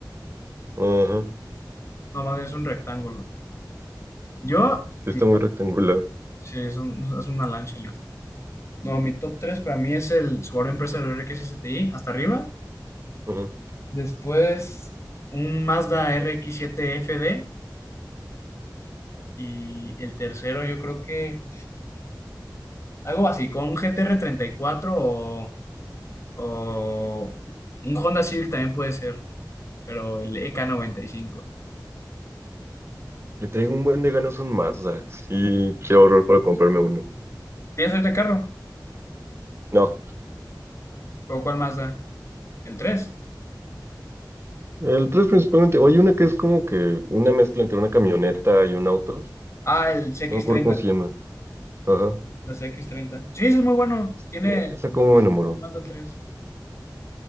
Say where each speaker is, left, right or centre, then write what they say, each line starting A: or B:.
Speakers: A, on the right; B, on the left.
A: Ajá.
B: No, más bien es un rectángulo. Yo,
A: Sí,
B: mi
A: está
B: top...
A: muy rectangular.
B: Sí, es, un- es una lancha, literal. No, mi top 3 para mí es el Subaru Impreza del RX-STI, hasta arriba.
A: Ajá.
B: Después, un Mazda RX-7 FD. Y el tercero, yo creo que algo así, con un gtr cuatro o, o un Honda Civic también puede ser, pero el ek cinco
A: Le traigo un buen de ganas a un Mazda. Sí, quiero ahorrar para comprarme uno.
B: ¿Tienes este carro?
A: No.
B: ¿O cuál más da? ¿El tres
A: El 3 principalmente. O hay una que es como que una mezcla entre una camioneta y un auto.
B: Ah, el cx
A: No me acuerdo
B: treinta
A: cómo se llama. Ajá.
B: Los cx treinta Sí, ese es muy bueno. Tiene
A: Sí, esa como me enamoró.
B: el Mazda tres